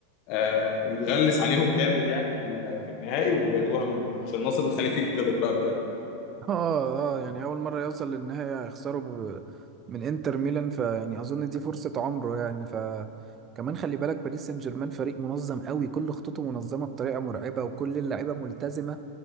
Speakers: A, on the left (about 50°); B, on the right (about 25°).
A: آه يغلس عليهم جامد يعني في ال- في النهائي وياخدوها منهم عشان ناصر الخليفي يتجلط بقى بجد
B: <laughs> اه اه يعني اول مره يوصل للنهايه هيخسروا ب... من انتر ميلان فيعني اظن دي فرصه عمره يعني ف كمان خلي بالك باريس سان جيرمان فريق منظم قوي كل خطوطه منظمه بطريقه مرعبه وكل اللعيبه ملتزمه